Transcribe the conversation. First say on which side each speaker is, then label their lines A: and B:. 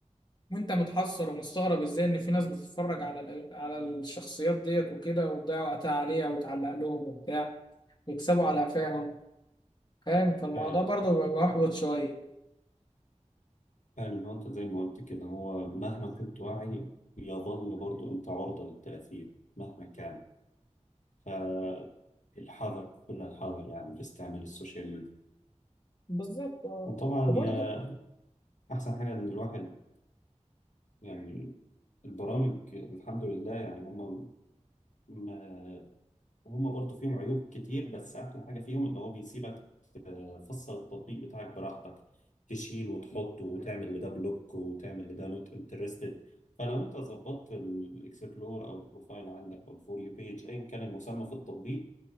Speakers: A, on the left; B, on the left.
A: وانت متحسر ومستغرب ازاي ان في ناس بتتفرج على ال- على الشخصيات ديت وكده وتضيع وقتها عليها وتعلق لهم وبتاع ويكسبوا على قفاهم فاهم فالموضوع
B: فعلا
A: برضو بيبقى محبط شويه
B: فعلا هو انت زي ما قلت كده هو مهما كنت واعي يظل برضو انت عرضة للتأثير مهما كان فالحذر كل الحذر يعني في استعمال السوشيال ميديا
A: بالظبط اه
B: وطبعا
A: وبرضه
B: يا احسن حاجة ان الواحد يعني البرامج الحمد لله يعني هم ما هم برضو فيهم عيوب كتير بس احلى حاجة فيهم ان هو بيسيبك فصل التطبيق بتاعك براحتك تشيل وتحط وتعمل لده بلوك وتعمل لده نوت انترستد فلو انت ظبطت الاكسبلور او البروفايل عندك او الفور يو بيج ايا كان المسمى في التطبيق